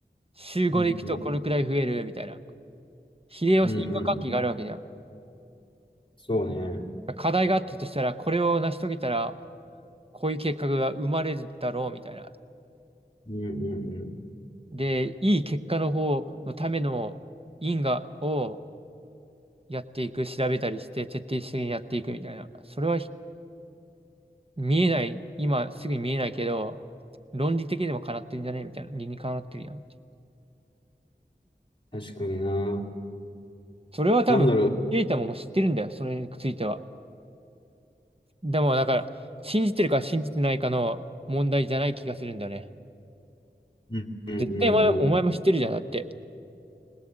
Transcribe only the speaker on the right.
週5で行くとこのくらい増えるみたいな。
秀吉、
因果関係があるわけじゃん。
課題があったとしたら、これを成し遂げたら、こういう結果が生まれるだろうみたいな。
で、いい結果の方のための因果をやっていく、調べたりして、徹底的にやっていくみたいな。それはひ見えない、今すぐに見えないけど、論理的にもかなってるんじゃねみたいな。理にかなってるやんって。
それは多分、
ケイタももう知ってるんだよ、それについては。でも、だから、信じてるか信じてないかの問題じゃない気がするんだよね。
絶対お前、お前も知ってるじゃん。だって、